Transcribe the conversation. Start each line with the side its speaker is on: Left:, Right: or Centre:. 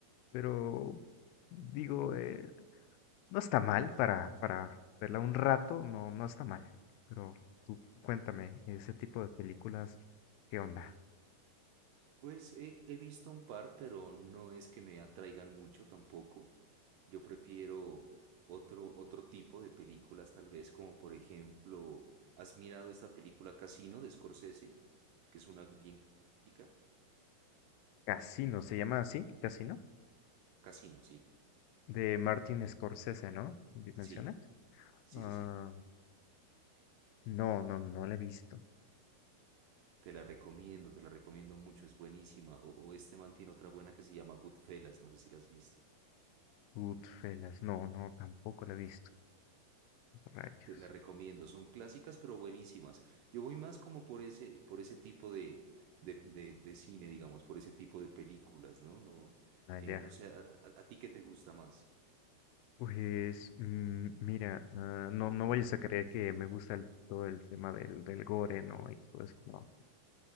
Left: pero digo, eh, no está mal para, para verla un rato, no, no está mal. Pero tú cuéntame, ese tipo de películas, ¿qué onda?
Right: Pues he, he visto un par, pero no es que me atraigan mucho tampoco. Yo prefiero otro, otro tipo de películas, tal vez, como por ejemplo, ¿has mirado esta película Casino de Scorsese? Que es una bien clásica.
Left: Casino, ¿se llama así? Casino,
Right: Casino, sí.
Left: de Martin Scorsese, ¿no? ¿Me
Right: Sí,
Left: ¿Mencionas?
Right: sí,
Left: Ah,
Right: sí, sí.
Left: no, no, no la he visto.
Right: Te la recomiendo, te la recomiendo mucho, es buenísima. O, o este man tiene otra buena que se llama Goodfellas, no sé si la has visto.
Left: Goodfellas, no, no, tampoco la he visto. Rayos,
Right: Te la recomiendo, son clásicas pero buenísimas. Yo voy más como por ese, por ese tipo de, de, de- de cine, digamos, por ese tipo de películas, ¿no? No,
Left: allá.
Right: eh, no sé, a, a- a ti qué te gusta más?
Left: Pues, mm, mira, ah, no, no vayas a creer que me gusta el- todo el tema del, del gore, ¿no? Y todo eso, no.